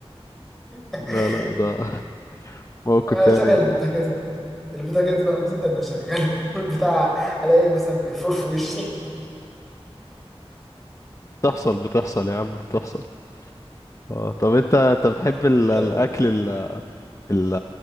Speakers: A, in the centre; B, on the left.
A: <laughs>
B: لا لا ده موقف
A: اشغل
B: يعني
A: البوتاجاز البوتاجاز بقى مثلا اشغله <laughs> والبتاع الاقي مثلا بيفور في وشي
B: بتحصل بتحصل يا عم بتحصل اه طب انت انت بتحب ال-
A: <laughs>
B: الاكل ال- ال-